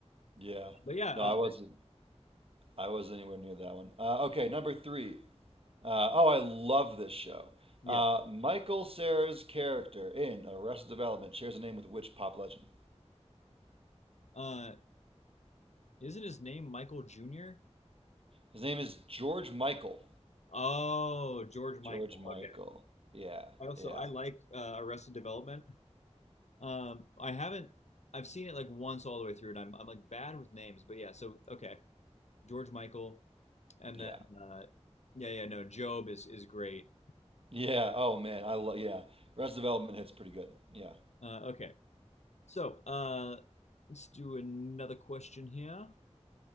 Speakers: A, on the right; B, on the left.
A: yeah.
B: But yeah,
A: No,
B: uh,
A: I wasn't. I wasn't anywhere near that one. Uh, okay, number three. Uh, oh, I love this show.
B: yeah.
A: Uh, Michael Cera's character in Arrested Development shares a name with which pop legend?
B: Uh, isn't his name Michael Jr.?
A: His name is George Michael.
B: Oh, George Michael.
A: George Michael.
B: Okay.
A: Yeah,
B: I also
A: yeah,
B: I like uh, Arrested Development. Um, I haven't. I've seen it like once all the way through, and I'm I'm like bad with names, but yeah. So okay, George Michael, and
A: yeah,
B: then uh, yeah, yeah, no, Job is is great.
A: yeah. Oh man, I love. Yeah, Arrested Development hits pretty good. Yeah.
B: Uh, okay, so uh, let's do another question here.